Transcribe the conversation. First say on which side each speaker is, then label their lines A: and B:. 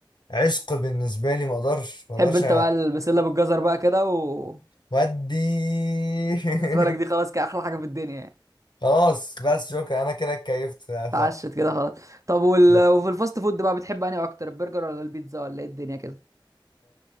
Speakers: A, on the left; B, on the right.
A: عشق بالنسبه لي ما اقدرش ما اقدرش
B: تحب انت بقى البسلة بالجزر بقى كده و
A: ودي <laughs>
B: بالنسبة لك دي خلاص كده احلى حاجة في الدنيا يعني
A: خلاص بس شكرا انا كده اتكيفت لا،
B: اتعشت كده خلاص طب وال...
A: خلاص
B: وفي الفاست فود بقى بتحب انهي اكتر البرجر ولا البيتزا ولا ايه الدنيا كده